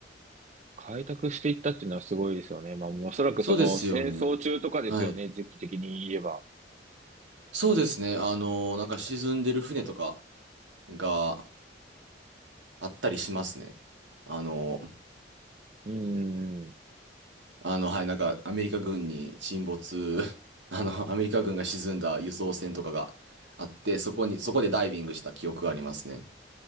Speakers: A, on the right; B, on the right.
A: 開拓していったっていうのはすごいですよね。まあ、おそらくその戦争中とかですよね、
B: そうですよね。はい。
A: 時期的に言えば。
B: そうですね、あの、なんか沈んでる船とかがあったりしますね。あの、
A: うんうんうん。
B: あの、はい、なんか、アメリカ軍に沈没、<laughs> あの、アメリカ軍が沈んだ輸送船とかがあって、そこに、そこでダイビングした記憶がありますね。